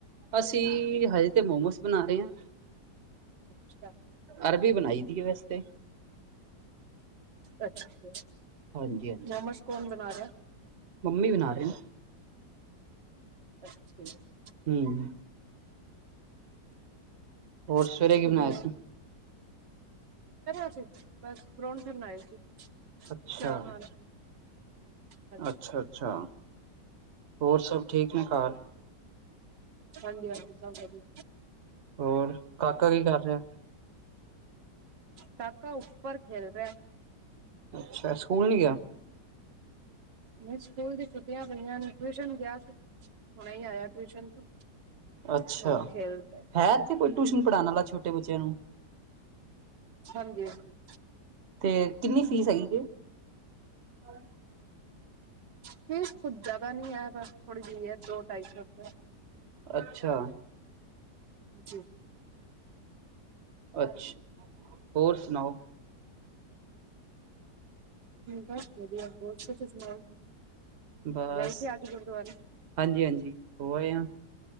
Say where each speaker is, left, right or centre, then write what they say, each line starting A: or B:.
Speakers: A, on the right; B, on the right.
A: ਅਸੀਂ ਹਜੇ ਤੇ ਮੋਮੋਸ ਬਣਾ ਰਹੇ ਹਾਂ
B: ਅੱਛਾ।
A: ਅਰਬੀ, ਬਣਾਈ ਦੀ ਹੈ ਵੈਸੇ ਤੇ
B: ਅੱਛਾ,
A: ਹਾਂਜੀ ਹਾਂਜੀ
B: ਮੋਮੋਜ਼ ਕੌਣ ਬਣਾ ਰਿਹਾ?
A: ਮੰਮੀ, ਬਣਾ ਰਹੀ
B: ਠੀਕ ਐ
A: ਹਮ ਹੋਰ
B: ਸਵੇਰੇ
A: ਕੀ ਬਣਾਇਆ ਸੀ
B: ਅਸੀਂ, ਬਸ ਪ੍ਰੌਠੇ, ਬਣਾਏ ਸੀ।
A: ਅੱਛਾ
B: ਚਾ ਨਾਲ ਹਾਂਜੀ
A: ਅੱਛਾ -ਅੱਛਾ ਹੋਰ ਸਭ ਠੀਕ ਨੇ ਕਾਰ?
B: ਹਾਂਜੀ-ਹਾਂਜੀ ਸਬ ਰੇਡੀ
A: ਹੋਰ, ਕਾਕਾ ਕੀ ਕਰ ਰਿਹਾ?
B: ਕਾਕਾ ਉੱਪਰ ਖੇਲ ਰਿਐ।
A: ਅੱਛਾ, ਸਕੂਲ ਨੀ ਗਿਆ?
B: ਨਈ ਸਕੂਲ ਦੀ ਛੁੱਟੀਆਂ ਪਈਆਂ ਨੇ, ਟਿਊਸ਼ਨ ਗਿਆ ਸੀ, ਹੁਣੇ ਈ ਆਇਆ ਟਿਊਸ਼ਨ ਤੋਂ।
A: ਅੱਛਾ,
B: ਹੁਣ ਖੇਲ ਰਿਹਾ
A: ਹੈ ਇੱਥੇ ਕੋਈ ਟਿਊਸ਼ਨ ਪੜ੍ਹਾਣ ਆਲਾ ਛੋਟੇ ਬੱਚਿਆਂ ਨੂੰ?
B: ਹਾਂਜੀ-ਹਾਂਜੀ।
A: ਤੇ ਕਿੰਨੀ ਫੀਸ ਹੈਗੀ ਏ? <inaudible>
B: ਫ਼ੀਸ ਕੁੱਝ ਜਾਦਾ ਨੀ ਐ ਬਸ ਥੋੜ੍ਹੀ ਜੀ ਐ, ਦੋ-ਢਾਈ ਸੌ ਰੁਪਏ।
A: ਅੱਛਾ।
B: ਜੀ।
A: ਅੱਛ, ਹੋਰ ਸੁਣਾਓ?
B: ਬਸ ਵਧੀਆ, ਹੋਰ ਤੁਸੀ ਸੁਣਾਓ?
A: ਬਾਸ,
B: ਗਏ ਸੀ ਅੱਜ ਗੁਰਦੁਆਰੇ
A: ਹਾਂਜੀ-ਹਾਂਜੀ ਹੋ ਆਏ ਆ।